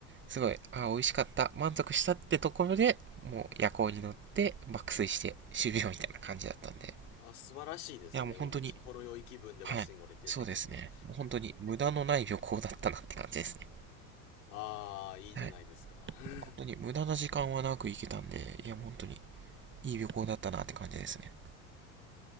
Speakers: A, on the right; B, on the left.
A: すごい、あ美味しかった、満足したってところで、もう夜行に乗って爆睡して終了みたいな感じだったんで。
B: あ、素晴らしいですね。
A: いや、もう本当に、
B: もうほ、ほろ酔い気分でバスに乗れてって感じです。
A: はい。そうですね。もう本当に無駄のない旅行だったなって感じですね。
B: ああ、いいじゃないですか。
A: はい。
B: <laughs>
A: 本当に無駄な時間はなく行けたんで、いや、もう本当にいい旅行だったなって感じですね。